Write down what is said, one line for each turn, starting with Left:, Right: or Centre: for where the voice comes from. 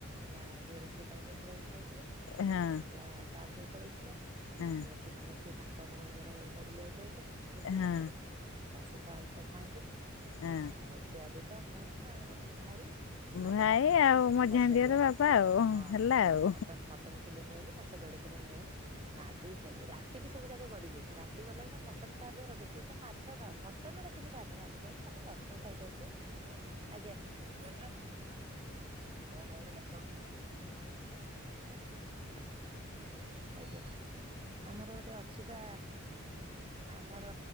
Right: ଯାଆ ଦିଅର ସିଏ ତାଙ୍କ ଶଶୁର ଘର ପଳେଇଥିଲେ
Left: ହଁ
Right: ମଝିଆ ଯାଆ ତା ପୁଅ ପଳେଇଥିଲା ପିଇସି
Left: ହଁ
Right: ଶାଶୁ ମାନେ ସିଏ ତାଙ୍କ ଭଉଣୀ ଘର ହେରିକା ବୁଲିବାକୁ ପଳେଇଥିଲେ ସେ କେହି
Left: ହଁ
Right: ନଥିଲେ ଶାଶୁ ତ ଆଁଇ ଆଁଇଶ ଖାଆନ୍ତିନି
Left: ହଁ।
Right: ଆଉ ମୋ ଛୁଆ ଦିଟା ମୁଁ ଆଉ ଭାଇ। ଆଉ
Left: ଭାଇ
Right: ବାପା ଆଉ
Left: ମଝିଆ
Right: ମାଝିଆଁ ଦିଅର
Left: ବାପା ଆଉ
Right: ହଁ
Left: ହେଲା ଆଉ।
Right: ମଟନ୍ ମଟ ମଟନ କିଲେ ନେଇଆଇଲୁ ମାଛ ଦେଢ କିଲେ ନେଇ ଆଇଲୁ ନାଦିକି ଖାଇଲୁ ରାତିକି ସବୁ ଯାକ ଗଡିଲେ ରାତି ଗଡିଲାବେଳେ ମ ମଟନ କାହା ପାଇଁ ରଖିନି ମୁଁ କହିଲି ମାଛ ଖାଅ ମଟନ ରଖିନି କାହା ପାଇଁ ୟା ମୁଁ କହିଲି ତମେ ଘରେ ସବୁ ଖାଇକି ଆଇଥିବ। ଆଜ୍ଞା। <unintelligible> <inaudible> ଆଜ୍ଞ। ଆମର ଗୋଟେ ଅଛି ପା ଆମର